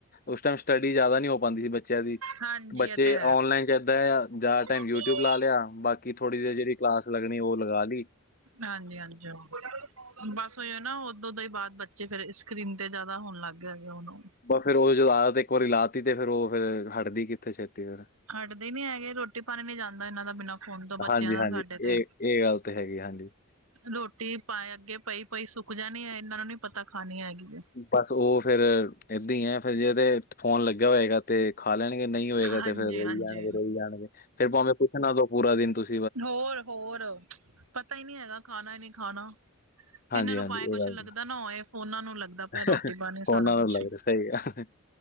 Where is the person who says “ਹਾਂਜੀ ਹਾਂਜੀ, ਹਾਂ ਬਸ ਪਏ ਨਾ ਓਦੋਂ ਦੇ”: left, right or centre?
Right